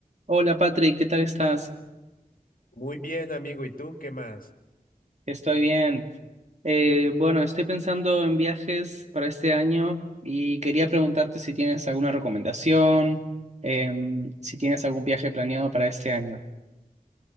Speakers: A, on the right (about 50°); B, on the left (about 70°).
A: Hola Patrick, ¿qué tal estás?
B: Muy bien, amigo. ¿Y tú qué más?
A: Estoy bien. Eh, bueno, estoy pensando en viajes para este año y quería preguntarte si tienes alguna recomendación, em, si tienes algún viaje planeado para este año.